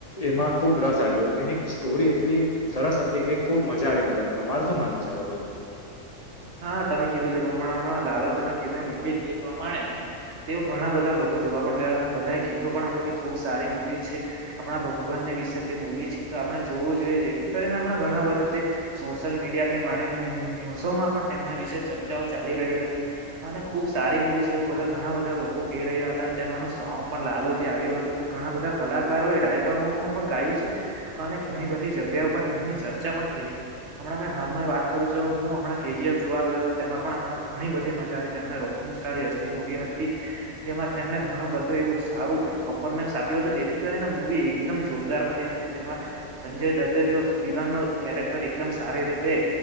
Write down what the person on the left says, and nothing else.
એમાં ખુબ રસ આવ્યો એની સ્ટોરી એટલી સરસ હતી કે ખુબ મજા આવી બધા તમાર શું માનવ છે બાબત